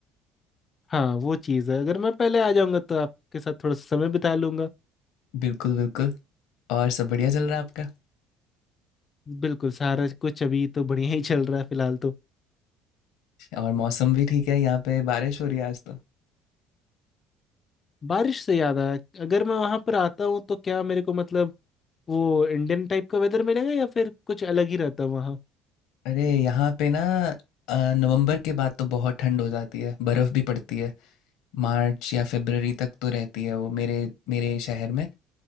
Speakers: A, on the left; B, on the left.
A: हाँ वो चीज़ है अगर मैं पहले आ जाऊंगा तो आपके साथ थोड़ा सा समय बिता लूंगा
B: बिल्कुल बिल्कुल और सब बढ़िया चल रहा है आपका
A: बिल्कुल सारा कुछ अभी तो बढ़िया ही चल रहा है फिलहाल तो
B: और मौसम भी ठीक है यहाँ पे बारिश हो रही है आज तो
A: बारिश से याद आया अगर मैं वहां पर आता हूँ तो क्या मेरे को मतलब वो इंडियन टाइप का वेदर मिलेगा या फिर कुछ अलग ही रहता है वहाँ
B: अरे यहाँ पे ना अ, नवंबर के बाद तो बहुत ठंड हो जाती है बर्फ़ भी पड़ती है मार्च या फरवरी तक तो रहती है वो मेरे मेरे शहर में